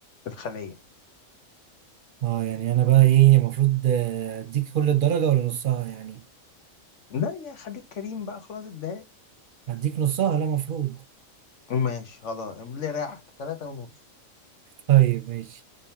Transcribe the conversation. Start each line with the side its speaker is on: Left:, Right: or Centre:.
Left: الخلية
Right: اه يعني انا بقى ايه المفروض آه، اديك كل الدرجة ولا نصها يعني
Left: لا يا خليك كريم بقى خلاص اتضايق
Right: هديك نصها لا مفروض
Left: ماشي خلاص اللي رايحك تلاتة ونص
Right: طيب ماشي